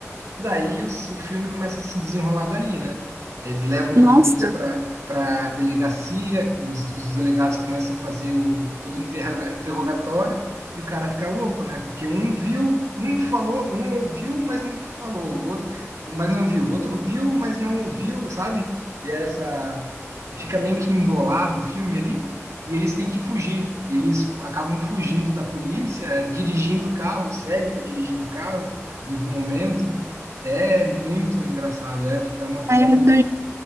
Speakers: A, on the right; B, on the right.
A: Daí o, o filme começa a se desenrolar dali, né? Eles levam
B: Nossa,
A: eles para para delegacia, os, os delegados começam a fazer o, todo o interroga- interrogatório e o cara fica louco, né? Porque um viu, um falou, um ouviu, mas não falou, o outro, mas não viu, o outro viu, mas não ouviu, sabe? E é essa fica meio que embolado o filme ali. E eles têm que fugir. E eles acabam fugindo da polícia, dirigindo o carro, o cego tá dirigindo o carro em algum momento. É muito engraçado. É, é uma comédia.
B: é do,